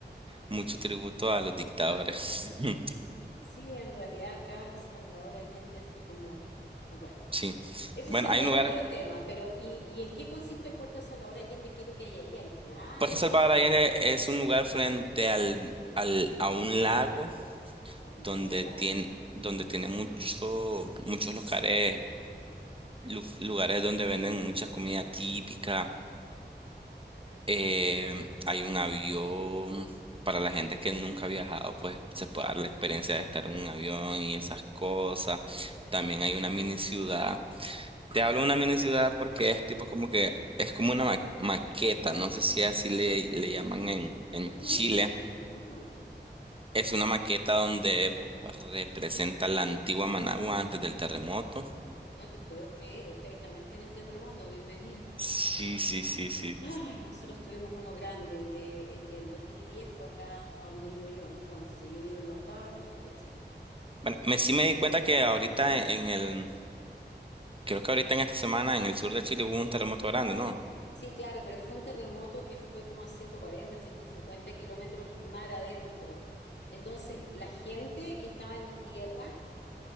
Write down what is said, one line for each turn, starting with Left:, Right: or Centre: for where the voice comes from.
Right: mucho tributo a los dictadores. <laughs>
Left: Sí, en realidad acá Salvador Allende, así como, bueno,
Right: Sí.
Left: eso
Right: Bueno,
Left: sería
Right: hay un lugar.
Left: otro tema, pero ¿y, y en qué consiste el puerto de Salvador Allende? ¿Qué es lo que hay ahí? ¿Hay playa
Right: Puerto Salvador
Left: o es
Right: Allende
Left: un,
Right: es un lugar frente al, al, a un lago
Left: a un
Right: donde
Left: lago ya?
Right: tiene, donde tiene mucho, muchos lugares, lu- lugares donde venden mucha comida típica. Eh, hay un avión para la gente que nunca ha viajado, pues se puede dar la experiencia de estar en un avión y esas cosas. También hay una mini ciudad. Te hablo de una mini ciudad porque es tipo como que es como una ma- maqueta, no sé si así le, le llaman en, en
Left: Ujú,
Right: Chile
Left: ujú.
Right: Es una maqueta donde representa la antigua Managua antes del terremoto.
Left: No te puedo creer, ustedes también tienen terremoto, bienvenido.
Right: Sí, sí, sí, sí.
Left: Ay, nosotros tuvimos uno grande, el de, el del 2010 fue acá, a donde vivo yo, en Conce. Yo vivo en la octava región de Chile.
Right: Bueno, me, sí me di cuenta que ahorita en el, creo que ahorita en esta semana en el sur de Chile hubo un terremoto grande, ¿no?
Left: Sí, claro, pero fue un terremoto que fue como a 140, 150 kilómetros mar adentro. Entonces, la gente que estaba en tierra,